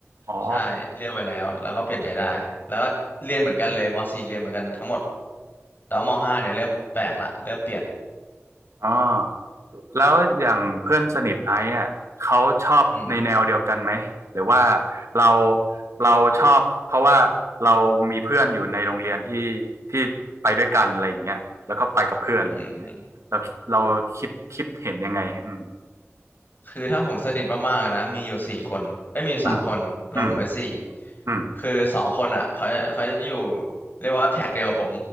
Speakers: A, on the right; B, on the left.
A: อ๋อ
B: ใช่เลือกไปแล้วแล้วก็เปลี่ยนใจได้แล้วก็เรียนเหมือนกันเลยมสี่เรียนเหมือนกันทั้งหมดแต่ว่ามห้าเนี่ยเริ่มแปลกละเริ่มเปลี่ยน
A: อ๋อแล้วอย่างเพื่อนสนิทไอซ์อ่ะเขาชอบในแนวเดียวกันไหมหรือว่า
B: อืม
A: เราเราชอบเพราะว่าเรามีเพื่อนอยู่ในโรงเรียนที่ที่ไปด้วยกันอะไรอย่างเงี้ยแล้วก็ไปกับเพื่อนอะไรอย่างเงี้ยเราเราคิดคิดเห็นยังไงอืม
B: อืมคือถ้าผมสนิทมากๆเลยนะมีอยู่สี่คนเอ้ยมีอยู่สามคนรวมผมเป็นสี่
A: อืมอืมอืม
B: คือสองคนอ่ะเขาเขาจะอยู่เรียกว่าแท็กเดียวกับผม